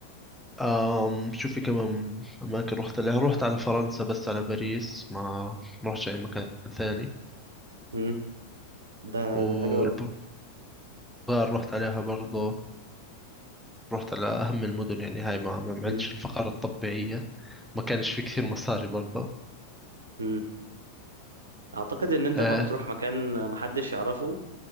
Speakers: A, in the centre; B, on the right (about 70°).
A: أم شو في كمان أماكن رحت عليها رحت على فرنسا بس على باريس ما ما رحتش أي مكان ثاني
B: مم. ده
A: والبرتغال
B: ده حلو قوي
A: رحت عليها برضو رحت على أهم المدن يعني هاي ما ما عملتش
B: مم.
A: الفقرة الطبيعية ما كانش في كثير مصاري برضو
B: مم. اعتقد ان انت
A: آه,
B: ما بتروح مكان محدش يعرفه